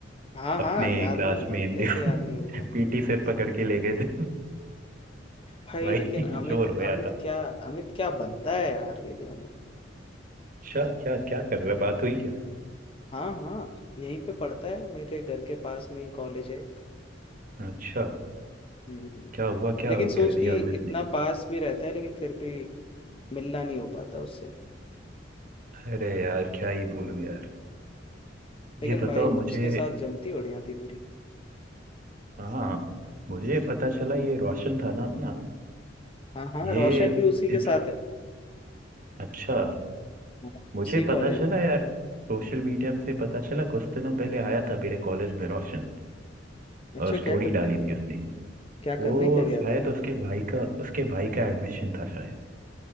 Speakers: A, on the left; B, on the right.
A: हाँ
B: अपने
A: हाँ याद
B: क्लास
A: नहीं है
B: में इंडिया
A: कैसे याद नहीं होगा
B: पीटी <laughs> से पकड़ के ले गए थे <laughs>
A: भाई
B: भाई
A: लेकिन अमित
B: जोर
A: अमित
B: रोया था
A: क्या अमित क्या बंदा है यार लेकिन अमित
B: अच्छा क्या क्या कर रहा है? बात हुई क्या
A: हाँ हाँ यहीं पे पढ़ता है मेरे घर के पास में ही कॉलेज है
B: अच्छा
A: हम्म,
B: क्या हुआ क्या
A: लेकिन सोच
B: कर दिया
A: कि
B: अमित
A: इतना
B: ने
A: पास भी रहता है लेकिन फिर भी मिलना नहीं हो पाता उससे
B: अरे यार क्या ही बोलूं यार
A: लेकिन
B: ये बताओ
A: भाई वो
B: मुझे
A: उसके साथ जमती बढ़िया थी मेरी
B: हाँ मुझे पता चला ये रोशन था ना अपना
A: हाँ हाँ
B: ये
A: रोशन भी उसी के
B: इस-
A: साथ है
B: अच्छा
A: हाँ,
B: मुझे
A: उसी
B: पता
A: कॉलेज
B: चला
A: में है
B: यार सोशल मीडिया से पता चला कुछ दिनों पहले आया था मेरे कॉलेज में रोशन
A: अच्छा
B: और स्टोरी
A: क्या करने
B: डाली थी उसने
A: क्या
B: वो
A: करने क्या गया
B: शायद
A: था वहाँ
B: उसके भाई का उसके भाई का एडमिशन था शायद